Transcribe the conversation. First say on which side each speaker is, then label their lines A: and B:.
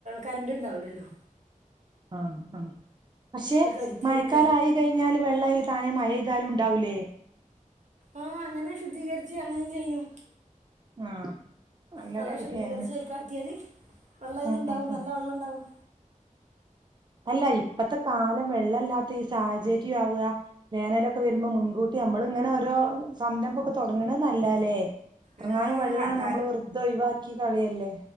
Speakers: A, on the right; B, on the right.
A: കറണ്ട് ഇണ്ടാവൂല്ലല്ലോ
B: ആഹ് ആഹ് പക്ഷേ
A: ഒക്കെ കരുതി
B: മയക്കാലായി
A: വെക്കുക
B: കഴിഞ്ഞാല് വെള്ളയിൽ താനെ മഴയ്താലും ണ്ടാവുല്ലേ
A: ആഹ് അങ്ങനെ ശുദ്ധീകരിച്ച് അങ്ങനേം ചെയ്യും.
B: ആഹ് നല്ല
A: നല്ലോം
B: ഐഡിയ
A: ശുദ്ധികരിച്ച്
B: ആണ്
A: അയ്ക്കാക്കിയാല് വെള്ളം അയിലുണ്ടാവും
B: ഉം ഉം
A: നല്ല വെള്ളണ്ടാവും.
B: അല്ല ഇപ്പത്തെ കാലം വെള്ളല്ലാത്ത ഈ സാഹചര്യം ആവാ വേനലൊക്കെ വരുമ്പോ മുൻകൂ ട്ടി അമ്മള് ഇങ്ങനെ ഓരോ സംരംഭൊക്കെ തുടങ്ങണ നല്ലാല്ലേ എത്രങ്ങാനും
A: ആ,
B: വെള്ളാണ്
A: അത്
B: നമ്മള് വെറുതെ ഒഴിവാക്കി കളയല്ലേ